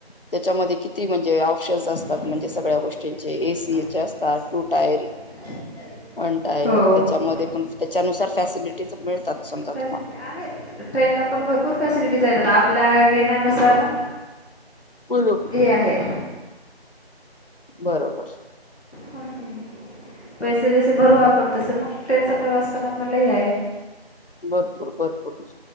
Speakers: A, on the left; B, on the left.
A: त्याच्यामध्ये किती म्हणजे ऑप्शन्स असतात
B: ऑप्शन्स
A: म्हणजे
B: असतात
A: सगळ्या
B: म्हणजे
A: गोष्टींचे
B: सगळ्या
A: एसीचे
B: गोष्टीचे
A: असतात
B: ए सीच्या
A: टू टायर.
B: कार कुठला कुठल्या
A: पणताय
B: हो.
A: त्याच्यामध्ये
B: आहेत त्याच्यामध्ये
A: पण त्याच्यानुसार फॅसिलिटी
B: त्याच्यानुसार
A: मिळतात.
B: फॅसिलिटीज
A: समजा
B: फॅसिलिटी
A: तुम्हाला.
B: आहेत. ट्रेनला पण भरपूर फॅसिलिटीज आहेत आपल्या घेण्यानुसार मग.
A: बरोबर
B: हे
A: हाय.
B: आहे.
A: बरोबर.
B: हम् पैसे जसे भरू आपण
A: बा
B: तस मग ट्रेनचा प्रवास पण आपणला आहे.
A: भरपूर भरपूर.